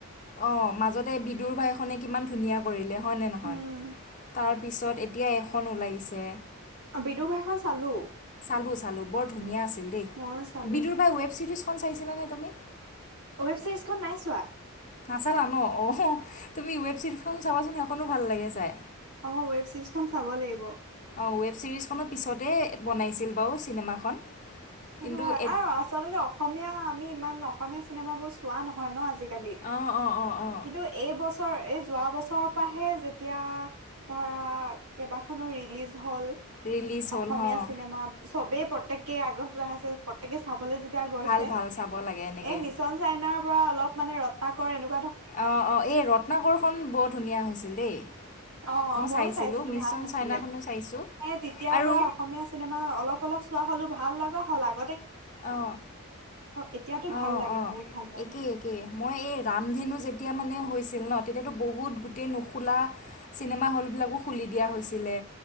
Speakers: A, on the left; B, on the right.
A: অ মাজত বিদুৰ ভাইখনে কিমান ধুনীয়া কৰি লে হয় নে নহয়?
B: উম
A: পিছত এতিয়া এখন ওলাইছে।
B: বিদু ভাইখন চালো।
A: চালো চালো বৰ ধুনীয়া আছে। দেই
B: ময়ো চালো
A: বিদুৰ ভাই ৱেব চিৰিজ চাইছিলা নে তুমি?
B: ৱেব ছিৰিজখন নাই চোৱা।
A: নাচালা ন? অ তুমি ৱেব চিৰিজখন চাবাচোন সেইখনো ভাল লাগে চাই।
B: আমাৰ ৱেব চিৰিজ খন চাব লাগিব।
A: অঁ ৱেব ছিৰিজখনৰ পিছতে বনাইছিল বাৰু চিনেমাখন।
B: সেইটো
A: কিন্তু
B: হয়
A: এত-
B: আৰু আচলতে অসমীয়া আমি ইমান অসমীয়া চিনেমা বোৰ চোৱা নহয় ন আজি কালি
A: অঁ অঁ অঁ অঁ
B: কিন্তু এই বছৰ বছৰ এই যোৱা বছৰৰ পৰাহে যেতিয়া ধৰা কেইবাখনো ৰিলিজ হ'ল'
A: ৰিলিজ
B: অসমীয়া
A: হ'ল অঁ
B: চিনেমা চবেই পটেকেই আগ্ৰহ আছে প্ৰত্যেকে চাবলে য এতিয়া গৈছে
A: ভাল ভাল চাব লাগে এনেকে
B: এই মিছন চাইনাৰ পৰা অলপ মানে ৰটনাকৰ এনেকো
A: অ অ এই ৰত্নাকৰখন বৰ ধুনীয়া হৈছিল দেই।
B: অ
A: মই
B: ময়ো
A: চাইছিলোঁ
B: চাইছিলো
A: মিছন
B: ভাল হৈছিলে।
A: চাইনাখনো চাইছোঁ
B: সেই তেতিয়াৰ
A: আৰু
B: পৰা অসমীয়া চিনেমা অলপ অলপ চোৱা হ'লো ভাল লগা হল আও।
A: অ
B: এতিয়াতো
A: আহ
B: ভাল লাগে
A: অ
B: বহুত ভাল লাগে
A: একে একে মই এই ৰামধেনু যেতিয়া মানে হৈছে ছিল ন তেতিয়াতো বহুত গোটেই নোখোলা চিনেমা হলবিলাকো খুলি দিয়া হৈছিলে।